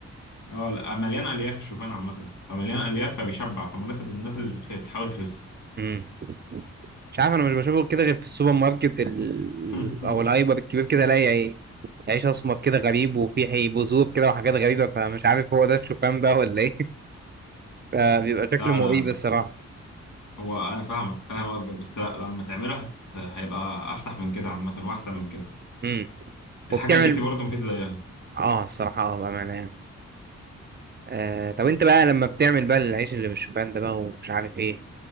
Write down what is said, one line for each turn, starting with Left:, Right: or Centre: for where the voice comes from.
Left: اه لا، مليان الياف الشوفان عامه فمليان
Right: اه
Left: الياف فبيشبع فمناسب للناس اللي بتخ- بتحاول تخس
Right: امم مش عارف انا مش بشوفه كده غير في السوبر ماركت ال...
Left: <laughs>
Right: او الهايبر الكبير كده الاقي ايه عيش اسمر كده غريب وفيه حي- بذور كده وحاجات غريبه فمش عارف هو ده الشوفان بقى ولا ايه <laughs> فبيبقى شكله
Left: لا
Right: مريب
Left: لا لا
Right: الصراحه
Left: هو انا فاهمك فاهم قصدك بس لا لما تعمله هت... هيبقى افتح من كده عامه واحسن من كده
Right: امم
Left: الحاجه
Right: وبتعمل
Left: البيتي برضه مفيش زيها
Right: اه الصراحه اه بامانه يعني آه طب انت بقى لما بتعمل بقى العيش اللي بالشوفان ده بقى ومش عارف ايه